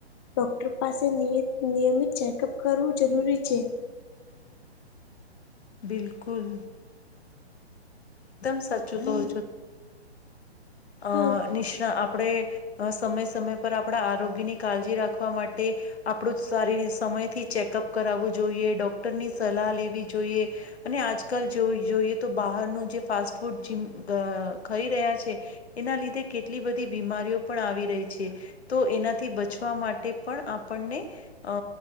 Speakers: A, on the left; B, on the left.
A: ડૉક્ટર પાસે નિયત નિયમિત ચેકઅપ કરવું જરૂરી છે.
B: બિલકુલ. એકદમ સાચું કહો છુ. અ
A: હા
B: નિષ્ણા આપણે સમય સમય પર આપણા આરોગ્યની કાળજી રાખવા માટે આપણું સારી ર સમયથી ચેકઅપ કરાવવું જોઈએ ડોક્ટરની સલાહ લેવી જોઈએ. અને આજકાલ જો જોઈએ તો બહારનું જે ફાસ્ટ ફૂડ જેમ ખાઈ રહ્યા છે, એના લીધે કેટલી બધી બીમારીઓ પણ આવી રહી છે. તો એનાથી બચવા માટે પણ આપણને અ